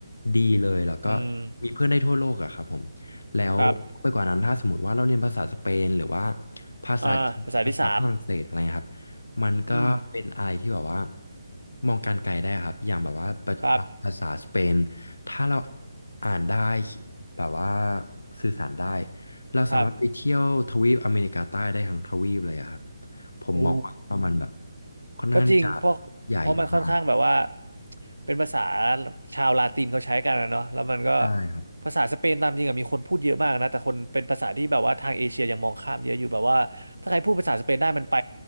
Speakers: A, on the left; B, on the right.
A: ดีเลยแล้วก็
B: อืม
A: มีเพื่อนได้ทั่วโลกอะครับผมแล้วไปกว่านั้นถ้าสมมติว่าเราเรียนภาษาสเปนหรือว่า
B: ครับ
A: ภาษาจีนภาษาฝรั่งเศสอะไรเงี้ยครับ
B: อ่าภาษาที่สาม
A: มันก็เป็นอะไรที่แบบว่า
B: อืม
A: มองการไกลได้ครับอย่างแบบว่าประอ่ะภาษาสเปน
B: ครับ
A: ถ้าเราอ่านได้แบบว่าสื่อสารได้เราสามารถไปเที่ยวทวีปอเมริกาใต้ได้ทั้งทวีปเลยอะครับ
B: ครับ
A: ผมมองว่ามันแบบ
B: โอ้
A: ค่อนข้างที่จะ
B: ก็จริงเพราะเพราะมันค่อนข้างแบบว่า
A: ใหญ่มาก
B: เป็นภาษาชาวลาตินเขาใช้กันนะเนาะแล้วมันก็
A: ใช่ครับ
B: ภาษาสเปนตามจริงอะมีคนพูดเยอะมากนะ แต่คนเป็นภาษาที่แบบว่าทางเอเชียยังมองข้ามเยอะอยู่แบบว่าถ้าใครพูดภาษาสเปนได้มันไป